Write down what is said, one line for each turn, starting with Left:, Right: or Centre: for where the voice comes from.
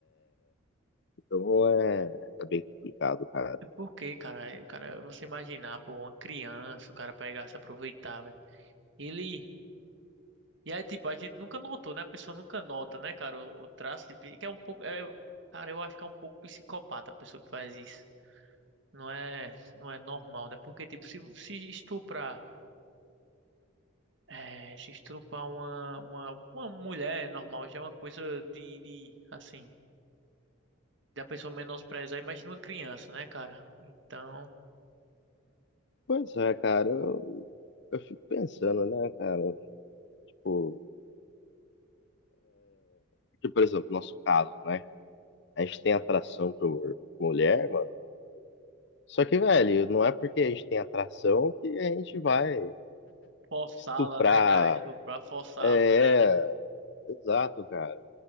Left: Então é, é bem complicado, cara.
Right: É porque, cara, é- cara, você imaginar, pô, uma criança, o cara pegar, se aproveitar, velho. Ele. E aí, tipo, a gente nunca notou, né? A pessoa nunca nota, né, cara, o, o traço de. pe- Que é um pouco. É, cara, eu acho que é um pouco psicopata a pessoa que faz isso. Não é, não é normal, né? Porque, tipo, se, se estuprar. É, se estuprar uma, uma, uma mulher é normal já é uma coisa de, de. Assim. Da pessoa menosprezar, imagina uma criança, né, cara? Então.
Left: Pois é, cara, eu, eu fico pensando, né, cara? Eu fico- Porque, por exemplo, nosso caso, né? A gente tem atração por mulher, mano. Só que, velho, não é porque a gente tem atração que a gente vai
Right: Forçá-la,
Left: estuprar.
Right: né, cara? Estuprar, forçar
Left: É,
Right: a mulher.
Left: é, exato, cara.